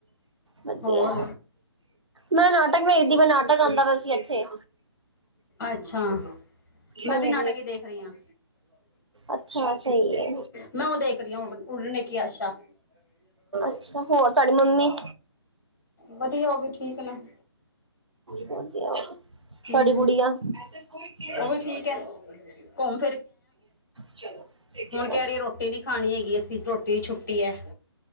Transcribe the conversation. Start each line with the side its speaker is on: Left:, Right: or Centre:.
Right: ਵਧੀਆ,
Left: ਹੋਰ
Right: ਮੈਂ ਨਾਟਕ ਵੇਖਦੀ ਮੈਂ ਨਾਟਕ ਆਂਦਾ ਪਿਆ ਸੀ ਇੱਥੇ।
Left: ਅੱਛਾ। ਮੈਂ
Right: ਹਾਂਜੀ।
Left: ਵੀ ਨਾਟਕ ਈ ਦੇਖ ਰਹੀ ਆਂ।
Right: ਅੱਛਾ ਸਹੀ ਹੈ।
Left: ਮੈਂ ਉਹ ਦੇਖਦੀ ਆਂ, ਉਡਨੇ ਕੀ ਆਸ਼ਾ।
Right: ਅੱਛਾ ਹੋਰ, ਤੁਹਾਡੀ ਮੰਮੀ?
Left: ਵਧੀਆ ਉਹ ਵੀ ਠੀਕ ਨੇ
Right: ਵਧੀਆ, ਤਵਾਡੀ
Left: ਹੂੰ,
Right: ਗੁੜੀਆ? ਠੀਕ ਏ,
Left: ਉਹ ਵੀ ਠੀਕ ਐ। ਘੁੰਮ
Right: ਚਲੋ ਠੀਕ ਏ।
Left: ਐ ਕਹਿ ਰਹੀਏ, ਰੋਟੀ ਨੀ ਖਾਣੀ ਹੈਗੀ ਅਸੀਂ ਰੋਟੀ ਦੀ ਛੁੱਟੀ ਐ।